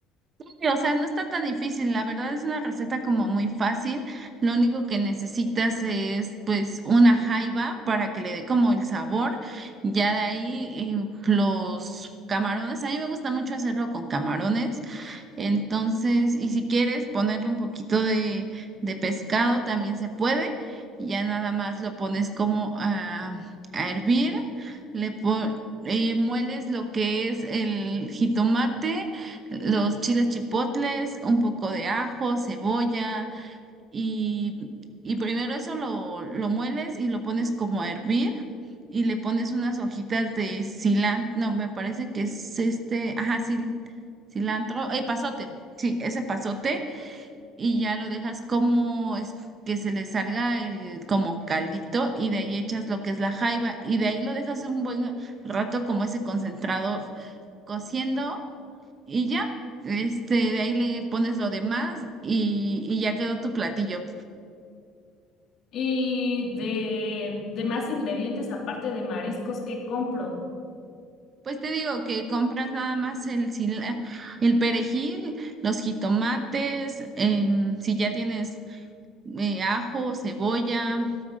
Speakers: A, on the right; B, on the left.
A: Sí, O sea, no está tan difícil, la verdad es una receta como muy fácil. Lo único que necesitas es pues una jaiba para que le dé como el sabor. Ya de ahí eh, los camarones, a mí me gusta mucho hacerlo con camarones. Entonces, y si quieres ponerle un poquito de, de pescado, también se puede. Y ya nada más lo pones como a, a hervir. Le po- eh, mueles lo que es el jitomate, los chiles chipotles, un poco de ajo, cebolla y, y primero eso lo, lo mueles y lo pones como a hervir y le pones unas hojitas de cilantro, no, me parece que es este, ajá, cil- cilantro, eh, pasote, sí, ese pasote y ya lo dejas como es- que se le salga el como caldito y de ahí echas lo que es la jaiba y de ahí lo dejas un buen rato como ese concentrado cociendo y ya, este, de ahí le pones lo demás y, y ya quedó tu platillo.
B: Y de, de más ingredientes aparte de mariscos, ¿qué compro?
A: Pues te digo que compras nada más el, cil- el perejil, los jitomates, em, si ya tienes eh, ajo, cebolla